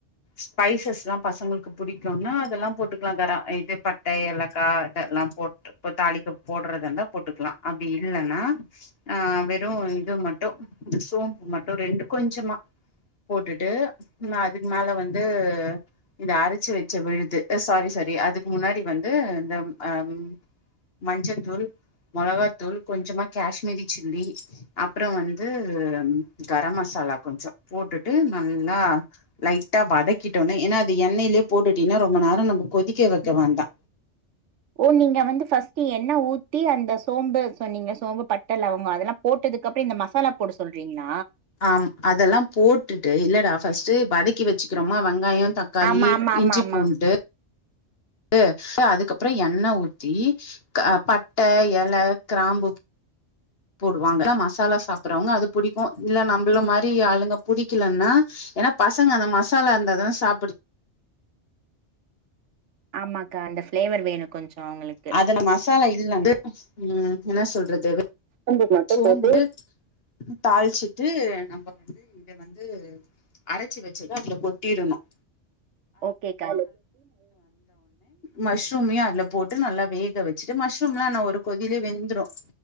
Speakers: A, on the left; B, on the right.
A: ஸ்பைசஸ்லா பசங்களுக்கு பிடிக்கும்னா அதெல்லா போட்டுக்கலாம் கரா இது பட் பட்ட ஏலக்கா இதெல்லா போட்டு தாளிக்க போடுறதந்தா போட்டுக்கலா அப்டி இல்லன்னா அ வெறும் இது மட்டு சோம்பு மட்டு ரெண்டு கொஞ்சமா போட்டுட்டு அதுக்கு மேல வந்து இந்த அரச்சு வச்ச விழுது சாரி சாரி அதுக்கு முன்னாடி வந்து இந்த ம் மஞ்சத்தூள் மொளகாத்தூள் கொஞ்சமா காஷ்மீரி சில்லி அப்றோ வந்து கரம் மசாலா கொஞ்ச போட்டுட்டு நல்லா லைட்டா வதக்கிட்டோனே ஏன்னா அது எண்ணெய்லே போட்டுட்டீன்னா ரொம்ப நேரோ நம்ம கொதிக்க வைக்க வேண்டா
B: ஓ நீங்க வந்து ஃபர்ஸ்ட் என்ன ஊத்தி அந்த சோம்பு சொன்னீங்க சோம்பு பட்டை லவங்க அதெல்லா போட்டதுக்குப்புறம் இந்த மசாலா போட சொல்றீங்களா
A: ஆம் அதெல்லா போட்டுட்டு இல்லடா ஃபர்ஸ்ட் வதக்கி வச்சுக்கிறோமா வெங்காயம் தக்காளி
B: ஆமா ஆமா ஆமா
A: இஞ்சி
B: ஆமா
A: பூண்டு விழுது அதுக்கு அப்புறம் எண்ணெய் ஊத்தி பட்டை இலை கிராம்பு போடுவாங்க மசாலா சாப்புடுறவங்க அது புடிக்கும் இல்ல நம்மள மாரி ஆளுங்க புடிக்கலன்னா ஏன்னா பசங்க அந்த மசாலா இருந்தா தான் சாப்புடு
B: ஆமாக்கா அந்த ஃப்ளேவர் வேணும் கொஞ்சோ அவங்களுக்கு
A: அதுல மசாலா இல்ல ந்து உம் என்ன சொல்றது
B: சோம்பு மட்டு
A: சோம்பு
B: போட்டு
A: தாளிச்சி தூ நம்ப இத வந்து அரைச்சு வச்சுத அதுல கொட்டிடணும்
B: ஓகே கா
A: மஷ்ரூமையும் அதுல போட்டு நல்லா வேக வச்சுட்டு மஷ்ரூம்லா ந ஒரு கொதிலயே வெந்துரும்